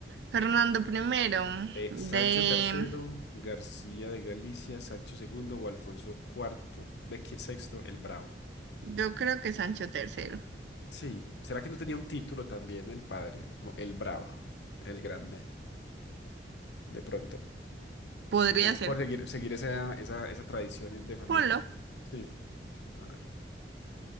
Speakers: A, on the right; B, on the left.
A: Fernando primero,
B: ¿De
A: de...
B: Sancho tercero García de Galicia, Sancho segundo o Alfonso cuarto, ve que- VI, el Bravo?
A: Yo creo que Sancho tercero.
B: Sí, ¿será que no tenía un título también el padre? Como el Bravo, el Grande, de pronto.
A: Podría
B: Como
A: ser.
B: Por seguir, seguir esa, esa, esa tradición de familia.
A: Ponlo,
B: Sí, a ver.